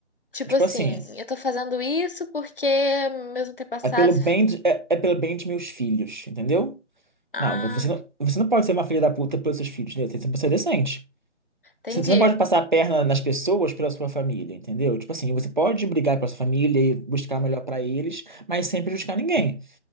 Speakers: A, on the left (about 50°); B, on the right (about 40°).
A: Tipo
B: tipo
A: assim,
B: assim.
A: eu tô fazendo isso porque meus antepassados.
B: É pelo bem de, é, é pelo bem de meus filhos, entendeu?
A: Ah,
B: Não, você não, você não pode ser uma filha da puta pelos seus filhos, entendeu? Você tem que ser uma pessoa decente.
A: entendi.
B: Você você não pode passar a perna nas pessoas pela sua família, entendeu? Tipo assim, você pode brigar pela sua família e buscar o melhor pra eles, mas sem prejudicar ninguém,